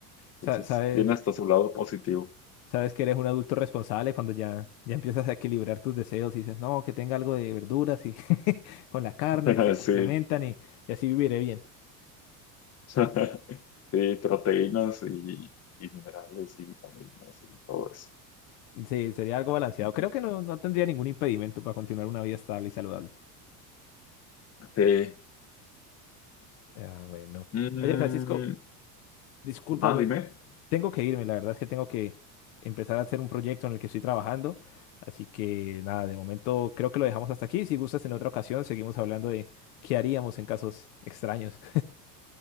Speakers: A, on the left; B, on the left.
A: Sa-
B: Entonces,
A: ¿Sabes?
B: tiene hasta su lado positivo.
A: Sabes que eres un adulto responsable cuando ya, ya empiezas a equilibrar tus deseos y dices, no, que tenga algo de verduras y <laughs> con la carne
B: <laughs>
A: se complementan
B: Sí.
A: y, y así viviré bien.
B: <laughs> Sí, proteínas y, y minerales y vitaminas y todo eso.
A: Sí, sería algo balanceado.
B: Ujú.
A: Creo que no, no tendría ningún impedimento para continuar una vida estable y saludable.
B: Sí.
A: Ah, bueno.
B: Mm,
A: Oye, Francisco, discúlpame,
B: ah, dime.
A: tengo que irme. La verdad es que tengo que empezar a hacer un proyecto en el que estoy trabajando. Así que nada, de momento creo que lo dejamos hasta aquí. Si gustas, en otra ocasión seguimos hablando de qué haríamos en casos extraños.